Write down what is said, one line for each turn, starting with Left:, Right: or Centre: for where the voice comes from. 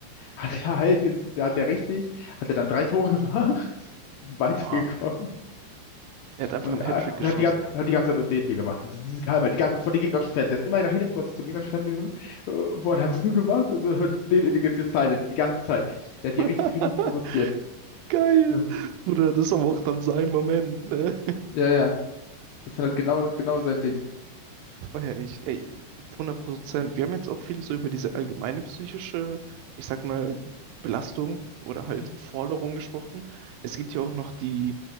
Left: hat er halt, ges- da hat er richtig, hat er dann drei Tore gemacht, <laughs> weitergekommen.
Right: oha. Er hat einfach
Left: Und,
Right: einen Hattrick
Left: äh, und
Right: geschossen.
Left: hat die ganze, und hat die ganze Zeit nur den die gemacht. Diese, diese Geheimheit, die ganze Zeit vor dem gegnerischen Fernseher. Ist immer nach jedem Tor ist zum gegnerischen Fernseher gesund. Äh, Wort hat so gemacht und so hat den etikettiert Silence die ganze Zeit. Der hat die
Right: <laughs>
Left: richtig, richtig provoziert.
Right: Geil.
Left: Ja,
Right: Bruder, das ist aber auch dann sein Moment, ne?
Left: ja. ja. Das ist halt genau, genau sein Ding.
Right: Das feier ich. Ey, 100 Prozent. Wir haben jetzt auch viel so über diese allgemeine psychische, ich sag mal, Belastung oder
Left: Mhm.
Right: halt Forderung gesprochen. Es gibt ja auch noch die